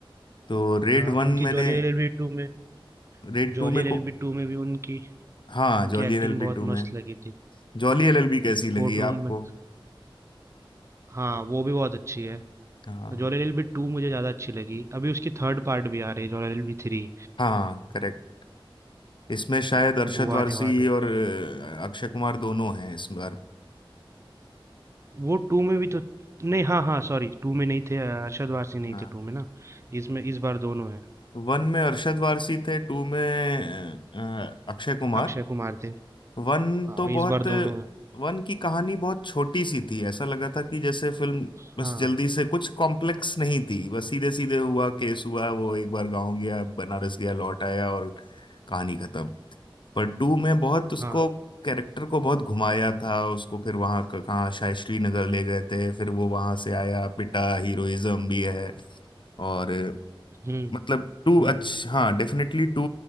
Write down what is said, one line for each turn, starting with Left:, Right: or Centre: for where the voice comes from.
Left: तो रेड
Right: हाँ
Left: वन
Right: उनकी
Left: मैंने
Right: जॉली एलएलबी टू में
Left: रेड
Right: जॉली
Left: टू में
Right: एलएलबी
Left: को
Right: टू में भी उनकी
Left: हाँ
Right: उनकी
Left: Jolly
Right: एक्टिंग
Left: L L B
Right: बहुत
Left: two में
Right: मस्त लगी थी
Left: जॉली एलएलबी कैसी लगी
Right: कोर्ट रूम
Left: आपको
Right: में हाँ वो भी बहुत अच्छी है
Left: हाँ
Right: जॉली एलबी टू मुझे ज्यादा अच्छी लगी अभी उसकी थर्ड पार्ट भी आ रही है जॉली एलबी थ्री
Left: हाँ करेक्ट इसमें शायद अरशद
Right: वो
Left: वारसी
Right: आने वाले
Left: और अ, अक्षय कुमार दोनों हैं इस बार
Right: वो टू में भी तो नहीं हाँ हाँ सॉरी टू में नहीं थे अ, अरशद वारसी नहीं
Left: हाँ
Right: थे टू में ना इसमें इस बार दोनों है
Left: वन में अरशद वारसी थे टू में अ, अ, अक्षय कुमार
Right: अक्षय कुमार थे
Left: वन
Right: हाँ
Left: तो बहुत
Right: इस बार दोनों है
Left: वन की कहानी बहुत छोटी सी थी ऐसा लगा था कि जैसे फिल्म
Right: हाँ
Left: बस जल्दी से कुछ कॉम्प्लेक्स नहीं थी बस सीधे सीधे हुआ केस हुआ वो एक बार गांव गया बनारस गया लौट आया और कहानी खत्म पर टू में बहुत उसको
Right: हाँ
Left: कैरेक्टर को बहुत घुमाया था उसको फिर वहां क- कहाँ शायद श्रीनगर ले गए थे फिर वो वहां से आया पिटा हीरोइज्म भी है और
Right: हम्म
Left: मतलब टू
Right: हम्म
Left: अच्छा हाँ डेफिनेटली टू